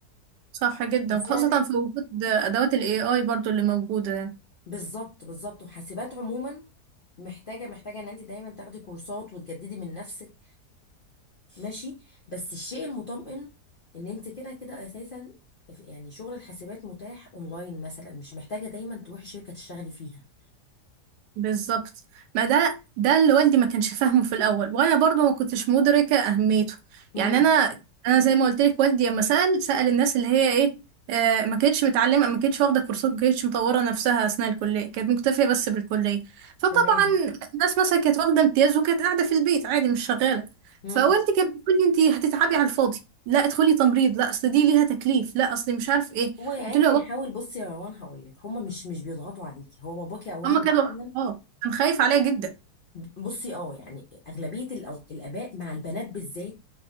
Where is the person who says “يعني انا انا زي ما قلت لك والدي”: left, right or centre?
Right